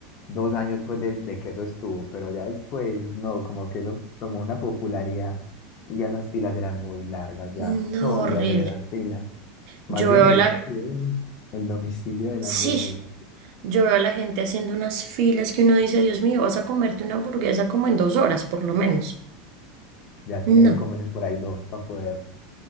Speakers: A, on the left; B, on the right.
A: dos años pues de, de que eso estuvo, pero ya después, no, como que eso tomó una popularidad y ya esas filas eran muy largas, ya
B: no,
A: no volví
B: horrible.
A: a hacer esas filas. Más
B: Yo
A: bien
B: veo
A: eso,
B: a la...
A: sí, uno, el domicilio de
B: Sí,
A: la hamburguesa.
B: yo veo a la gente haciendo unas filas que uno dice, Dios mío, vas a comerte una hamburguesa como en dos horas, por lo menos.
A: Ya tiene
B: No,
A: que comerse por ahí dos para poder